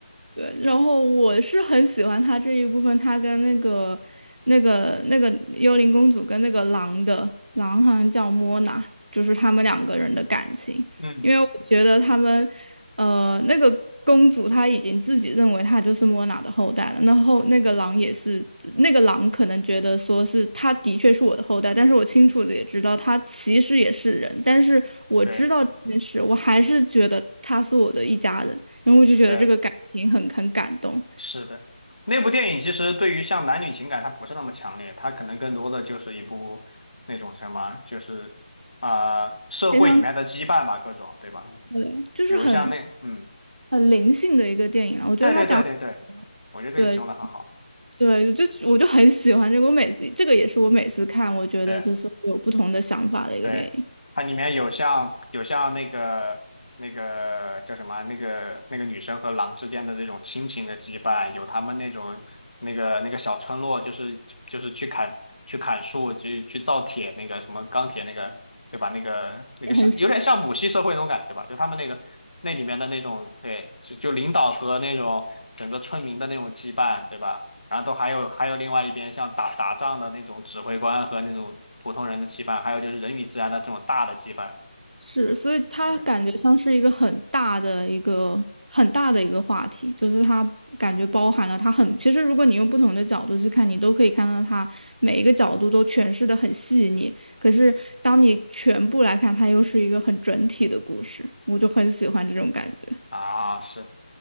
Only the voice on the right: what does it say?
对，然后我是很喜欢他这一部分，他跟那个、那个、那个幽灵公主跟那个狼的狼好像叫莫娜，就是他们两个人的感情，
因为我觉得他们，呃，那个公主她已经自己认为她就是莫娜的后代了，然后那个狼也是，那个狼可能觉得说是他的确是我的后代，但是我清楚的也知道他其实也是人，但是我知道这件事，
我还是觉得他是我的一家人。然后我就觉得这个感情很很感动，
非常
对，就是很
很灵性的一个电影了。我觉得他讲
对对，就我就很喜欢这个，我每次这个也是我每次看，我觉得就是有不同的想法的一个电影，
也很喜
是，所以它感觉像是一个很大的一个很大的一个话题，
就是它感觉包含了它很，其实如果你用不同的角度去看，你都可以看到它每一个角度都诠释的很细腻。可是当你全部来看，它又是一个很整体的故事，我就很喜欢这种感觉。